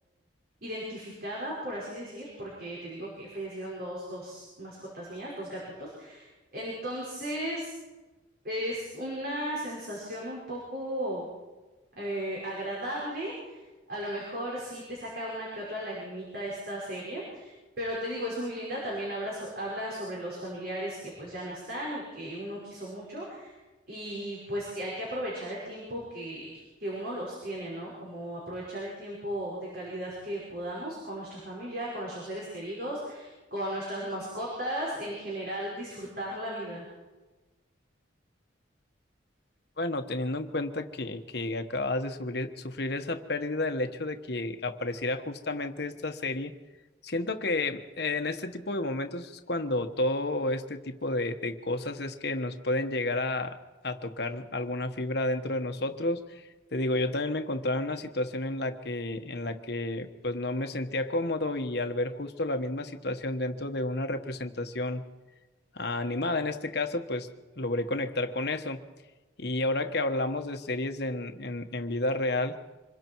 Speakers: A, on the right; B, on the left.
A: identificada, por así decir, porque te digo que fallecieron dos, dos mascotas mías, dos gatitos. Entonces, es una sensación un poco eh, agradable. A lo mejor sí te saca una que otra lagrimita esta serie, pero te digo, es muy linda. También habla, so- habla sobre los familiares que pues ya no están y que uno quiso mucho. Y pues que hay que aprovechar el tiempo que, que uno los tiene, ¿no? Como aprovechar el tiempo de calidad que podamos con nuestra familia, con nuestros seres queridos, con nuestras mascotas, en general, disfrutar la vida.
B: Bueno, teniendo en cuenta que, que acabas de sufrir, sufrir esa pérdida, el hecho de que apareciera justamente esta serie, siento que eh, en este tipo de momentos es cuando todo este tipo de, de cosas es que nos pueden llegar a, a tocar alguna fibra dentro de nosotros. Te digo, yo también me encontraba en una situación en la que, en la que pues no me sentía cómodo y al ver justo la misma situación dentro de una representación ah, animada. En este caso, pues logré conectar con eso. Y ahora que hablamos de series en, en, en vida real,